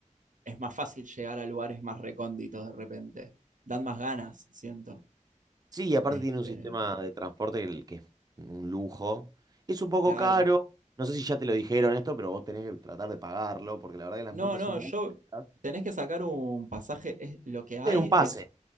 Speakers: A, on the right; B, on the right.
A: es más fácil llegar a lugares más recónditos de repente. Dan más ganas, siento.
B: Sí, y aparte
A: Este,
B: tiene un sistema de transporte que, el- que es un lujo. Es un poco
A: claro.
B: caro, no sé si ya te lo dijeron esto, pero vos tenés que tratar de pagarlo, porque la verdad que las
A: No,
B: multas
A: no,
B: son muy...
A: yo
B: altas.
A: tenés que sacar un pasaje. es- lo que hay
B: Sí, un pase.
A: es,